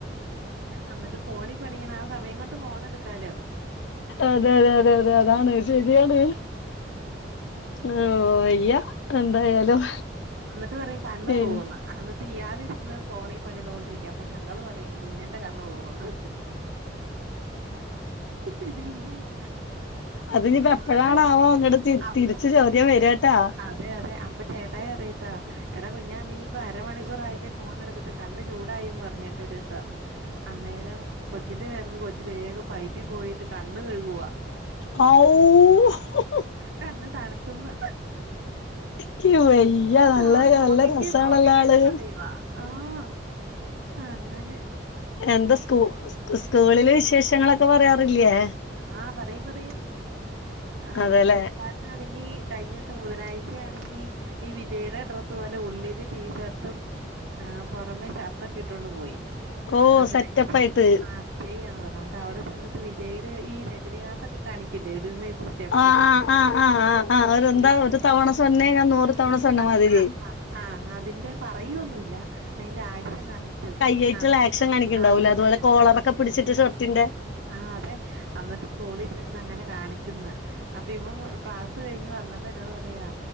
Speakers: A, on the right; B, on the left.
A: അന്നിട്ട് ഫോണി പണിയണ ആ സമയം കൊണ്ട് ഫോണെടുക്കാല്ലോ
B: അതെ അതെ അതെ അതെ അതാണ് ശരിയാണ് ഓഹ് വയ്യ എന്തായാലും
A: എന്നിട്ട് പറയും കണ്ണ്
B: പിന്നെ
A: പോകുന്ന് അന്നിട്ട് ഇയാളിരുന്ന് ഫോണീ പണിതോണ്ടിരിക്ക അപ്പൊ ഞങ്ങള് പറയും കുഞ്ഞന്റെ കണ്ണ് പോകുന്ന് ഉം
B: അതിനിപ്പോ എപ്പഴാണാവോ
A: എന്നിട്ട്
B: ഇങ്ങോട്ട് തി
A: അപ്പ
B: തിരിച്ച് ചോദ്യം വര ട്ടോ
A: അതെ അതെ അപ്പ ചേട്ടായി പറയ് ട്ടോ എടാ കുഞാ നീ ഇപ്പ അരമണിക്കൂറായില്ലേ ഫോൺ എടുത്തിട്ട് കണ്ണ് ചൂടായിന്ന് പറഞ്ഞിട്ട് ഒരു <unintelligible> അന്നേരം കൊച്ചിന്റെ പേർക്ക് കൊച്ചു വേഗം പൈപ്പി പോയിട്ട് കണ്ണ് കഴുകുവ
B: ആയി
A: കണ്ണ് തണുത്തന്ന്
B: ക്ക് വയ്യ നല്ല
A: ആഹ്
B: നല്ല
A: നോക്കിക്കേ
B: രസാണല്ലാള്
A: നോക്കിക്കേന്ന് പറയുവാ ആഹ് അങ്ങനെ
B: എന്താ സ്കൂ സ്കൂളിലെ വിശേഷങ്ങളൊക്കെ പറയാറില്ലേ?
A: ആഹ് പറയും പറയും ആഹ്
B: അതെല്ലേ
A: പുൾക്കാ ഇന്നാണെങ്കി കഴിഞ്ഞ ദിവസം ബുധനാഴ്ച ആണെങ്കി ഈ വിജയുടെ ഡ്രസ്പോല് ല് ഉള്ളില് ടീഷർട്ടും ആഹ് പുറമേ ഷർട്ടൊക്കെ ഇട്ടൊണ്ട് പോയി
B: ഓ
A: അങ്ങനെ
B: സെറ്റപ്പായിട്ട്
A: ആഹ് വിജയന്ന് പറഞ്ഞ് ന്നട്ട് ട അവിടെ ചെന്നിട്ട് വിജയ്ടെ ഈ രജനികാന്തൊക്കെ കാണിക്കില്ലേ ഒരു സൈസ് സ്റ്റെപ്പ്
B: ആഹ് ആഹ് ആഹ്
A: അത്
B: ആഹ് ആഹ്
A: അവിടെ
B: ഒരു
A: സ്കൂളി
B: എന്താ ഒരു
A: ചെന്നിട്ട്
B: തവണ സൊന്നേങ്ങ നൂറ് തവണ സൊന്ന
A: ആഹ്
B: മാതിരി
A: ആഹ് ആഹ് ആഹ് അതിന്റെ പറയൊന്നുല്ല അതിന്റെ ആക്ഷൻ കാണിച്ചു.
B: <unintelligible>
A: ആഹ്
B: ആക്ഷൻ കണിക്കുണ്ടാവുല്ലേ
A: അത് തന്നെ
B: അതുപോലെ കോളറക്കെ
A: ആഹ് അത്
B: പിടിച്ചിട്ട് ഷർട്ടിന്റെ
A: ആഹ് അതെ അന്നിട്ട് സ്കൂളി ചെന്ന് അങ്ങനെ കാണിക്ക്ന്ന് അപ്പൊ ഇവൻ ക്ലാസ് കഴിഞ്ഞ് വന്നപ്പ എന്നോട് പറയാ